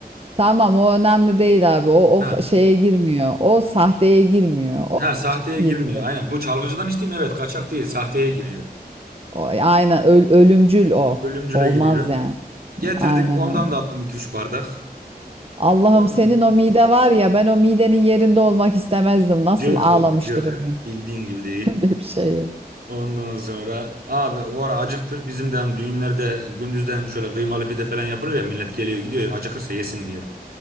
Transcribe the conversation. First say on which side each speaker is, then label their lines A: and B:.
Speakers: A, on the right; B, on the right.
A: tamam o önemli değil abi. O
B: Ha,
A: o şeye girmiyor. O sahteye girmiyor. O
B: ha
A: kaçağa
B: sahteye girmiyor
A: giriyor.
B: aynen bu çalgıcıdan içtiğim evet kaçak değil sahteye giriyor.
A: O aynen öl- ölümcül o.
B: Ölümcüle
A: Olmaz
B: giriyor.
A: yani.
B: Getirdik
A: Aynen
B: ondan
A: öyle.
B: da attım iki üç bardak.
A: Allah'ım
B: Ondan
A: senin o mide var ya ben o midenin yerinde olmak istemezdim. Nasıl
B: cırk
A: ağlamıştır
B: oldu cırk
A: o gün.
B: bildiğin gibi değil.
A: <laughs> Öyle bir şey yok.
B: Ondan sonra abi o ara acıktık bizimden düğünlerde gündüzden şöyle kıymalı pide falan yapılır ya millet geliyor gidiyor acıkırsa yesin diye.